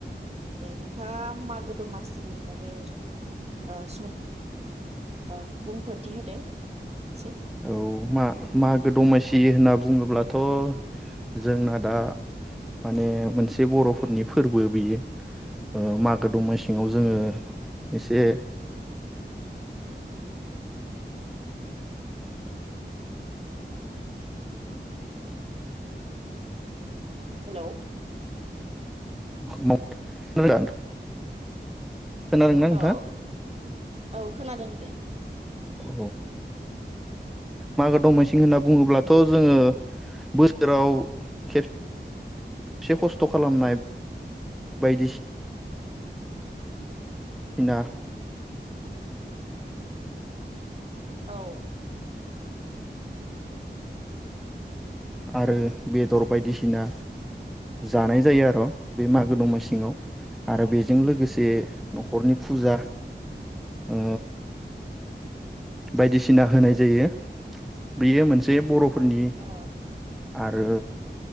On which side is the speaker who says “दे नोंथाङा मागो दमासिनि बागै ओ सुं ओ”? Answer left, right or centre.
Right